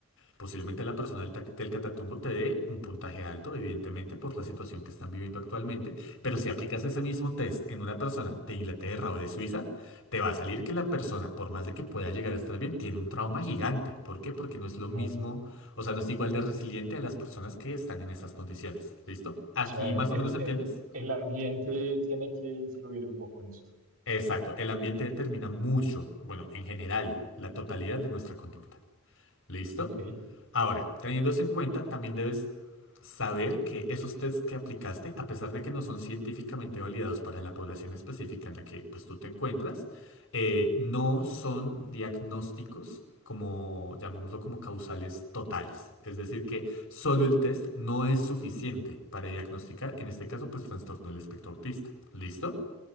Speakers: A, on the left (about 70°); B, on the right (about 75°).
A: Posiblemente la persona del, ta- del Catatumbo te dé un puntaje alto, evidentemente, por la situación que están viviendo actualmente, pero si aplicas ese mismo test en una persona de Inglaterra o de Suiza, te va a salir que la persona, por más de que pueda llegar a estar bien, tiene un trauma gigante. ¿Por qué? Porque no es lo
B: Claro.
A: mismo, o sea, no es igual de resiliente a las personas que están en esas condiciones. ¿Listo? ¿Aquí
B: O sea,
A: más
B: el,
A: o menos entiendes?
B: el- el ambiente tiene que influir un poco en esto.
A: Exacto, el ambiente determina mucho, bueno, en general, la totalidad de nuestra conducta. ¿Listo?
B: Ok,
A: Ahora, teniendo eso en cuenta, también debes saber que esos tests que aplicaste, a pesar de que no son científicamente validados para la población específica en la que pues, tú te encuentras, eh, no son diagnósticos como, llamémoslo como causales totales. Es decir, que solo el test no es suficiente para diagnosticar, en este caso, pues trastorno del espectro autista. ¿Listo?